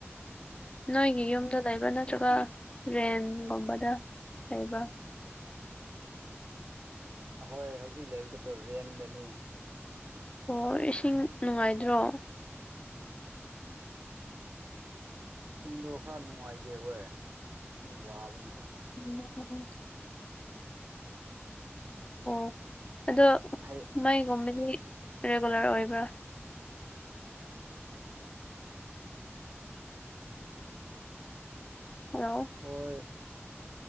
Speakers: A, on the left; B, on the right.
A: ꯅꯣꯏꯒꯤ ꯌꯨꯝ ꯗ ꯂꯩꯕ ꯅꯠꯇ꯭ꯔꯒ ꯔꯦꯟꯒꯨꯝꯕꯗ ꯂꯩꯕ
B: ꯑꯍꯣꯏ ꯍꯧꯖꯤꯛ ꯂꯩꯕꯗꯨ ꯔꯦꯟꯗꯅꯤ
A: ꯑꯣ ꯏꯁꯤꯡ ꯅꯨꯡꯉꯥꯏꯗ꯭ꯔꯣ
B: ꯏꯁꯤꯡꯗꯣ ꯈꯔ ꯅꯨꯡꯉꯥꯏꯇꯦ ꯍꯣꯏ ꯏꯁꯤꯡ ꯋꯥꯕꯅꯦꯍꯦ
A: <unintelligible> ꯑꯣ ꯑꯗꯣ
B: <unintelligible>
A: ꯃꯥꯏꯒꯨꯝꯕꯗꯤ ꯔꯤꯒꯨꯂꯔ ꯑꯣꯏꯕ꯭ꯔꯥ ꯍꯜꯂꯣ
B: ꯍꯣꯏ